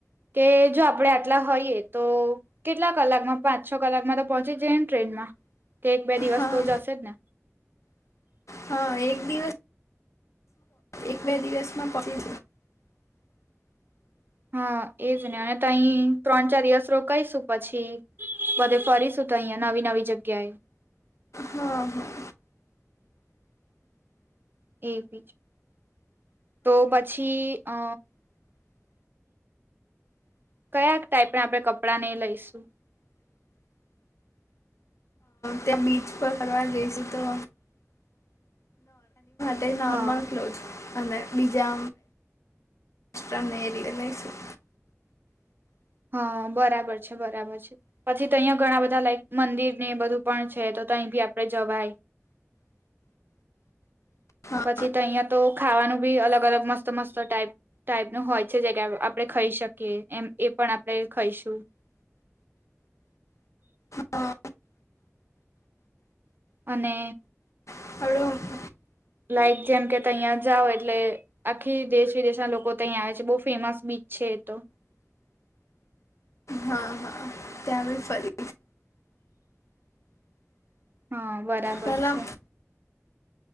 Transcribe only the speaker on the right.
કે જો આપણેે આટલા હોઈયએ તો. કેટલા કલાકમાં પાંચ છ કલાકમાં તો પહોંચી જાય ને ટ્રેનમાં કે એક બે દિવસ
તો જશે જ ને
હા એજ ને અને તહી ત્રણ ચાર દિવસ રો કઈશું પછી. બધ ફરી સુધઈયા નવી નવી જગ્યાએ.
એ બીજ તો પછી અ. કયા ટાઈપને આપડણે કપડાં નઈ લઈશું.
હા
હા બરાબર છે બરાબર છે પછી તો અહિયાંયા ઘણા બધા લાઈક મંદિર ને બધું. પણ છે તો તહી ભી આપડે જવાય.
પછી તો અહીિયાંયા તો ખાવાનું બી અલગ અલગ મસ્ત મસ્ત ટાઈપ. ટાઈપ નું હોય છે જે કે આપણે ખાઈ શકીએ એમ એ પણ આપણે ખાઈશું.
અને
લાઈક જેમ કે ત અહીિયાયા જાઓ એટલે આખી દેશ વિદેશના લોકો તહીંયા આવે છે બહુ ફેમસ બીચ છે એ તો
હા બરાબર
છે.